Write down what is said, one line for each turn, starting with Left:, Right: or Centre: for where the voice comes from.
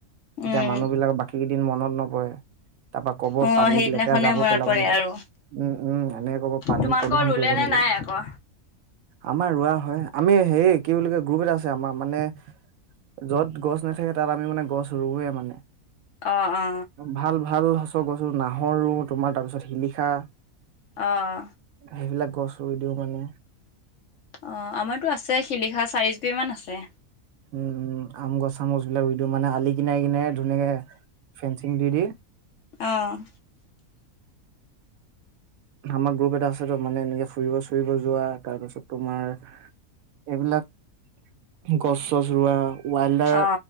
Right: এতিয়া
Left: উম
Right: মানুহ বিলাকৰ বাকী কেইদিন মনত নপৰে। তাৰপা ক'ব
Left: অ
Right: পানীত
Left: সেইদিনাখনে
Right: লেতেৰা যাব
Left: মনত
Right: পেলাব
Left: পৰে
Right: নালাগে
Left: আৰু
Right: উম - উম এনেকে কব পানী
Left: তোমালোকৰ
Right: প্ৰদূষন
Left: ৰুলে
Right: কৰিব নে,
Left: নাই আকৌ
Right: আমাৰ ৰোৱা হয়। আমি হে কি বুলি কয় গ্ৰুপ এটা আছে আমাৰ মানে য'ত গছ নাথাকে তাত আমি মানে গছ ৰুৱে মানে।
Left: অ অ
Right: ভাল ভাল সচ গছো নাহৰ ৰু তোমাৰ তাৰ পিছত শিলিখা।
Left: অহ।
Right: সেইবিলাক গছ ৰুই দিও মানে।
Left: অ, আমাৰতো আছে শিলিখা চাৰি জুপি মান আছে।
Right: উম - উম আম গছ চামুচ বিলাক ৰুই দিও মানে আলি কিনাই কিনে ধুনীয়াকে ফেন্ঞ্চিং দি - দি।
Left: অহ ',
Right: আমাৰ গ্ৰুপ এটা আছে ত, মানে এনেকে ফুৰিব - ফুৰিব যোৱা তাৰপাছত তোমাৰ এইবিলাক গছ চছ ৰোৱা। ৱাইল্ডাৰ
Left: অ